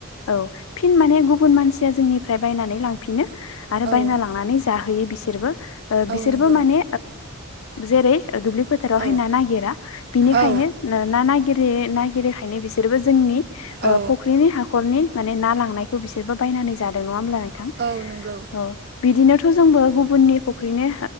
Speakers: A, on the left; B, on the right.
A: औ फिन माने गुबुन मानसिया जोंनिफ्राय बायनानै लांफिनो आरो बायना
B: औ
A: लांनानै जाहोयो बिसोरबो
B: औ
A: बिसोरबो
B: नंगौ
A: माने जेरै दुब्लि फोथारावहाय
B: औ
A: ना नागिरा बिनिखायनो
B: औ
A: ना नागिर खायनो बिसोरबो जोंनि
B: औ
A: फख्रिनि हाखरनि माने ना लांनायखौ बिसोरबो बायनानै जादों नंङा होमब्ला नोंथां
B: औ नंगौ
A: औ बिदिनो मोजांबो गुबुननि फुख्रिनो